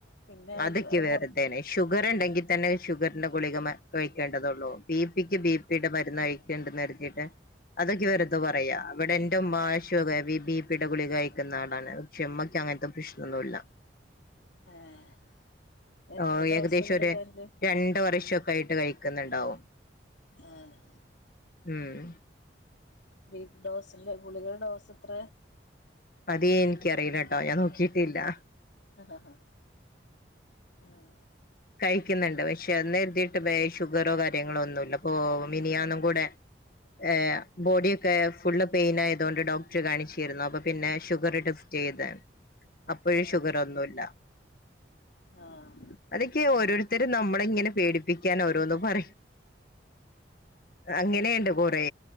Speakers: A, on the left; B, on the left.
A: പിന്നെ അത്
B: അതൊക്കെ
A: അത്
B: വെർതെയാണെ
A: കൊറ
B: ഷുഗർ ഉണ്ടെങ്കിൽ തന്നെ ഷുഗറിന്റെ ഗുളിക കഴിക്കേണ്ടതുള്ളൂ ബി പിക്ക് ബി പി ടെ മരുന്ന് കഴിക്കണ്ടന്ന്റിഞ്ഞിട്ട് അതൊക്കെ വെറുതെ പറയാ ഇവിടെ എന്റുമ്മ ബി പിടെ ഗുളികകഴിക്കുന്ന ആളാണ് ഷെ മ്മെയ്ക്കങ്ങൻത്തെ പ്രശ്നൊന്നുല്ലാ
A: ഏഹ് എത്ര
B: ഓഹ്
A: ഡോസ്
B: ഏകെദേശാെര്
A: ഗുളികണ്ട്
B: രണ്ട് വർഷാെക്കായ്ട്ട് കഴിക്ക്ന്ന്ണ്ടാവും
A: ആഹ്
B: ഊം
A: വെയ്ക് ഡോസെല്ലേ ഗുളികള ഡോസെത്ര
B: അത് എൻക്കറീലാട്ടോ ഞാൻ നോക്കീട്ടില്ലാ
A: ആഹ് ആഹ് ഉം
B: കഴിക്ക്ന്ന്ണ്ട് പക്ഷെ അന്ന് കര്തീട്ട് വേ ഷുഗറോ കാര്യങ്ങളോ ഒന്നുല്ലാ പ്പാേ മിനിയാന്നും കൂടെ ഏഹ് ബോഡിയൊക്കെ ഫുള്ള് പെയ്നായത് കൊണ്ട് ഡോക്ടറെ കാണിച്ചീര്ന്നു അപ്പൊ പിന്നേ ഷുഗെറ് ടെസ് സ്റ്റെയ്ത് അപ്പഴും
A: ആഹ്
B: ഷുഗെറൊന്നുല്ലാ
A: ആഹ്
B: അത്ക്കെ ഓരോരുത്തരും നമ്മളെ ഇങ്ങെനെ പേടിപ്പിക്കാൻ ഓരോന്ന് പറയും അങ്ങെനേണ്ട് കൊറേ